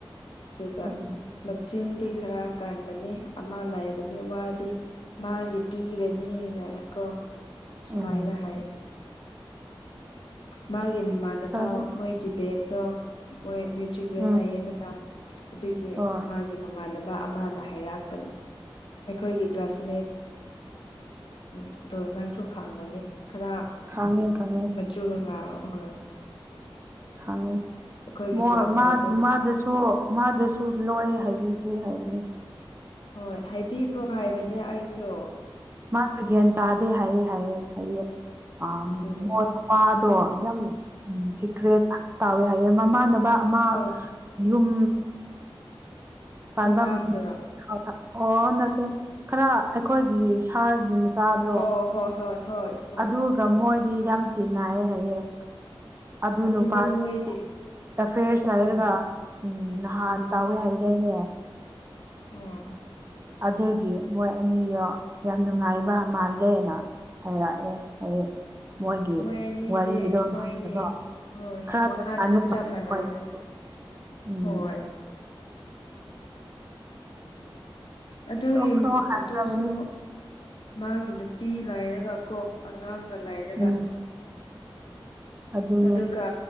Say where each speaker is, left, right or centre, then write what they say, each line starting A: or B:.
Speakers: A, on the left; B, on the right.
A: ꯑꯗꯨꯒ
B: ꯑꯗꯨ
A: ꯃꯆꯤꯟꯗꯤ ꯈꯔ ꯀꯥꯟꯕꯅꯤ ꯑꯃ ꯂꯥꯏꯕꯅꯦ ꯋꯥꯗꯤ ꯃꯥꯒꯤ ꯄꯤꯕꯅꯦꯅ ꯀꯣ ꯁꯨꯃꯥꯏꯅ
B: ꯎꯝ
A: ꯍꯥꯏ ꯃꯥꯒꯤ ꯃꯃꯥꯟꯅꯕ
B: ꯇꯥꯗꯦ
A: ꯃꯣꯏꯒꯤ ꯕꯦꯟꯗꯣ ꯃꯣꯏ ꯇ꯭ꯚꯦꯟ
B: ꯎꯝ
A: ꯂꯩꯌꯦꯗꯅ ꯑꯗꯨꯒꯤ
B: ꯍꯣꯏ
A: ꯃꯥꯒꯤ ꯒꯤ ꯃꯃꯥꯟꯅꯕ ꯑꯃꯅ ꯍꯥꯏꯔꯛꯄꯅꯦ ꯑꯩꯈꯣꯏꯒꯤ ꯀ꯭ꯂꯥꯁꯃꯦꯠ ꯎꯝ ꯑꯗꯣ ꯅꯪꯁꯨ ꯈꯥꯡꯉꯅꯤ ꯈꯔ
B: ꯈꯪꯉꯦ ꯈꯪꯉꯦ
A: ꯆꯨꯒ ꯉꯥꯔꯣ ꯑꯍꯣꯏ
B: ꯈꯪꯉꯤ
A: ꯑꯩꯈꯣꯏꯒꯤ
B: ꯃꯣꯏ
A: ꯀ꯭ꯂꯥꯁꯃꯦꯠꯇꯣ
B: ꯃꯥ ꯃꯥꯗꯨꯁꯨ ꯃꯥꯗꯨꯁꯨ ꯂꯣꯏ ꯍꯥꯏꯕꯤꯈꯤ ꯍꯥꯏꯕꯅꯦ
A: ꯍꯣꯏ ꯍꯥꯏꯕꯤꯈ꯭ꯔꯣ ꯍꯥꯏꯕꯅꯦ ꯑꯩꯁꯨ ꯑꯣ
B: ꯃꯥꯁꯨ ꯒ꯭ꯌꯥꯟ ꯇꯥꯗꯦ ꯍꯥꯏꯌꯦ ꯍꯥꯏꯌꯦ ꯍꯥꯏꯗꯤ ꯑꯥ
A: ꯑꯗꯨꯒꯤ
B: ꯃꯣꯏ ꯄꯥꯗꯣ ꯌꯥꯝ ꯎꯝ ꯁꯤꯀ꯭ꯔꯦꯠ ꯇꯥꯎꯋꯦ ꯍꯥꯏꯌꯦ ꯃꯃꯥꯟꯅꯕ ꯑꯃ
A: ꯍꯣꯏ
B: ꯌꯨꯝ ꯄꯥꯟꯕꯝ
A: ꯊꯪꯅꯕꯗꯨꯔꯣ
B: ꯑꯣ ꯅꯠꯇꯦ ꯈꯔ ꯑꯩꯈꯣꯏꯒꯤ ꯁꯥꯔꯒꯤ ꯃꯆꯥꯗꯣ
A: ꯑꯣ ꯍꯣꯏ ꯍꯣꯏ ꯍꯣꯏ
B: ꯑꯗꯨꯒ ꯃꯣꯏꯗꯤ ꯌꯥꯝ ꯇꯤꯟꯅꯥꯏ ꯍꯥꯏꯌꯦ ꯑꯗꯨ
A: ꯑꯗꯨꯗꯤ
B: ꯅꯨꯄꯥꯗꯨꯅꯅꯦ
A: ꯃꯣꯏꯗꯤ
B: ꯇꯐꯦꯁ ꯂꯩꯔꯒ
A: ꯎꯝ
B: ꯎꯝ ꯅꯍꯥꯟ ꯇꯧꯋꯦ ꯍꯥꯏꯗꯥꯏꯅꯦ
A: ꯑꯣ
B: ꯑꯗꯨꯒꯤ ꯃꯣꯏ ꯑꯅꯤꯗꯣ ꯌꯥꯝ ꯅꯨꯡꯉꯥꯏꯕ ꯃꯥꯜꯂꯦꯅ ꯍꯥꯏꯔꯛꯑꯦ ꯍꯥꯏꯗꯤ ꯃꯣꯏꯒꯤ
A: ꯃꯣꯏ ꯑꯅꯤꯗꯤ
B: ꯋꯥꯔꯤꯗꯣ
A: ꯃꯣꯏꯒꯤ
B: ꯂꯥꯛꯄꯗꯣ
A: ꯍꯣꯏ
B: ꯈꯔ <unintelligible>
A: ꯋꯥꯈꯜꯗꯣ ꯆꯞ ꯃꯥꯟꯅꯕꯅꯦ
B: ꯎꯝ
A: ꯍꯣꯏ ꯑꯗꯨꯒꯤ
B: ꯇꯣꯛꯈ꯭ꯔꯣ ꯍꯥꯏꯈ꯭ꯔꯕꯅꯦ
A: ꯑꯗꯨꯁꯨ ꯃꯥꯒꯤ ꯅꯨꯄꯤ ꯂꯥꯏꯔꯒ ꯀꯣ ꯑꯉꯥꯡꯒ ꯂꯩꯔꯒ
B: ꯎꯝ ꯑꯗꯨꯅꯦ
A: ꯑꯗꯨꯒ